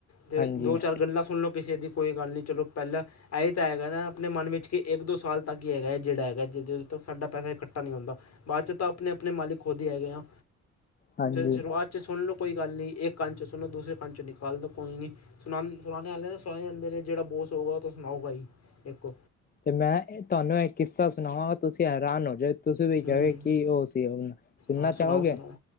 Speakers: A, on the left; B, on the left.
A: ਤੇ
B: ਹਾਂਜੀ।
A: ਦੋ ਚਾਰ ਗੱਲਾਂ ਸੁਣ ਲਓ ਕਿਸੇ ਦੀ ਕੋਈ ਗੱਲ ਨਹੀਂ ਚਲੋ ਪਹਿਲਾਂ ਇਹ ਤਾਂ ਆਏ ਗਾ ਨਾ ਆਪਣੇ ਮਨ ਵਿੱਚ ਕਿ ਇੱਕ ਦੋ ਸਾਲ ਤਾ ਕੀ ਹੈਗੈ, ਜੇੜਾ ਹੈਗੈ ਜਦ, ਜਦੋ ਤੱਕ ਸਾਡਾ ਪੈਸਾ ਇਕੱਠਾ ਨੀ ਹੁੰਦਾ, ਬਾਦ ਚ ਤਾਂ ਆਪਨੇ ਆਪਣੇ ਮਾਲਿਕ ਖੁਦ ਹੀ ਹੈਗੇ ਆ
B: ਹਾਂਜੀ।
A: ਸ਼ੁਰੂਆਤ ਸੁਣ ਲਓ ਕੋਈ ਗੱਲ ਨਹੀਂ ਇੱਕ ਕੰਨ ਚੋਂ ਸੁਣੋ ਦੂਸਰੇ ਕੰਨ ਚੋਂ ਨਿਕਾਲਓ ਕੋਈ ਨਹੀਂ ਸੁ-ਸੁਣਾਣੇ ਵਾਲੇ ਨੇ ਸੁਣਾ ਜਾਂਦੇ ਨੇ, ਜਹੜਾ ਬੋਸ ਹੋਗਾ ਤੁ ਸੁਣਾਓ ਗਾ ਹੀ ਇੱਕ।
B: ਤੇ ਮੈਂ ਤੁਹਾਨੂੰ ਇਹ ਕਿੱਸਾ ਸੁਣਾਵਾਂਗਾ ਤੁਸੀਂ ਹੈਰਾਨ ਹੋਜੋਗੇ। ਤੁਸੀਂ ਵੀ ਕਹੋਗੇ
A: ਹੂੰ ਹੂੰ
B: ਕੀ ਹੋਇਆ ਸੀ ਐਵੇਂ ਦਾ ਸੁਣਨਾ
A: ਹਾਂ ਸੁਣਾਓ
B: ਚਾਹੋਗੇ।
A: ਸੁਣਾਓ